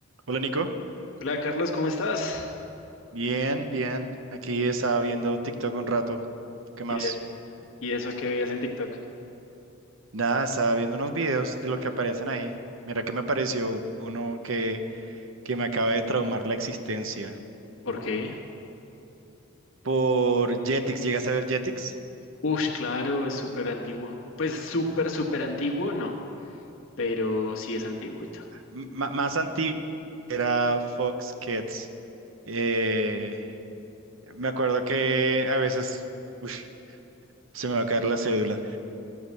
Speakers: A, on the right (about 75°); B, on the left (about 75°).
A: Hola Nico,
B: Hola Carlos, ¿cómo estás?
A: bien, bien. Aquí estaba viendo TikTok un rato. ¿Tú ¿Qué más?
B: ¿Y, e- y eso que veías en TikTok?
A: Nada, estaba viendo unos videos de lo que aparecen ahí. Mira que me apareció uno que, que me acaba de traumar la existencia.
B: ¿Por qué?
A: Por Jetix, ¿llegas a ver Jetix?
B: Ush, claro, es súper antiguo. Pues súper, súper antiguo, no, pero sí es antiguito.
A: M- ma- más antiguo era Fox Kids. Eh, me acuerdo que a veces uf, se me va a caer la cédula.